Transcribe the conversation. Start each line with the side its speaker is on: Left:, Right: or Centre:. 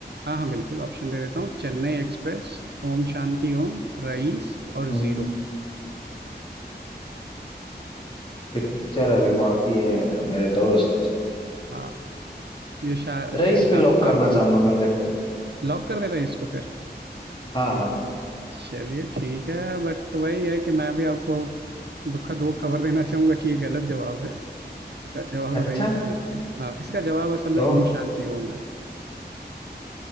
Right: हाँ हाँ बिल्कुल ऑप्शन दे देता हूँ चेन्नई एक्सप्रेस ओम शांति ओम रईस और
Left: हम्म
Right: जीरो
Left: पिक्चर अभी बाकी है मेरे दोस्त
Right: हाँ ये शा, शाहरुख
Left: रईस पे लॉक
Right: खान
Left: करना
Right: की
Left: चाहूंगा मैं देखो
Right: लॉक कर दे रहे हैं इसको फिर
Left: हाँ हाँ
Right: चलिए ठीक है बट वही है कि मैं भी आपको दुखद वो खबर देना चाहूंगा कि ये गलत जवाब है इसका जवाब
Left: अच्छा
Right: रईस नहीं है हाँ इसका जवाब असल
Left: तो
Right: में ओम शांति ओम है